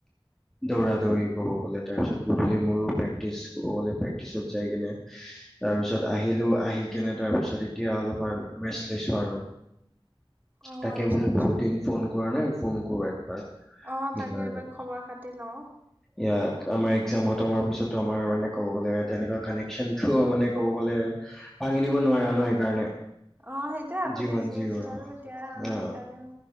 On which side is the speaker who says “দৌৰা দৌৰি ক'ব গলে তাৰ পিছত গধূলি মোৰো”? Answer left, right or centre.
Centre